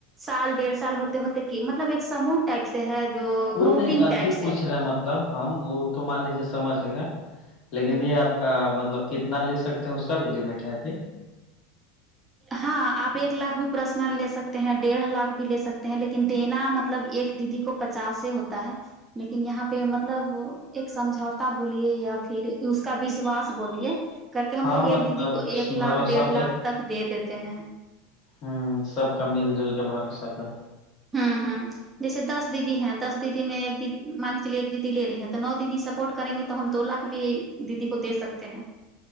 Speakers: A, on the right; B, on the left.
A: سال ڈیڑھ سال ہوتے ہوتے کہ مطلب ایک سموہ ٹائپ سے ہے جو
B: وہ
A: گروپنگ
B: نہیں اھی
A: ٹائپ
B: پوچھ
A: سے
B: رہے ہیں مطلب ہم وہ تو مان لیجیے سمجھے گا لیکن
A: ہوں
B: یہ آپ کا مطلب کتنا لے سکتے اس کا بھی لمٹ ہے کہ
A: ہاں آپ ایک لاکھ بھی پرسنل لے سکتے ہیں ڈیڑھ لاکھ بھی لے سکتے ہیں لیکن دینا مطلب مطلب ایک دیدی کو پچاس سے ہوتا ہے لیکن یہاں پہ مطلب ایک سمجھوتا بولیے یا پھر اس کا وشواس بولیے کر کے ہم
B: ہاں
A: لوگ
B: مطلب
A: ایک دیدی کو ایک لاکھ
B: بھروسہ
A: ڈیھ لاکھ تک دے دیتے ہیں
B: ہوں سب کا مل جل کے بھروسہ تھا
A: ہاں ہاں جیسے دس دیدی ہیں دس دیدی میں ایک دیدی مان کے چلیے ایک دیدی لے رہی ہیں تو نو دیدی سپورٹ کریں گے تو تو ہم دو لاکھ بھی دیدی کو دے سکتے ہیں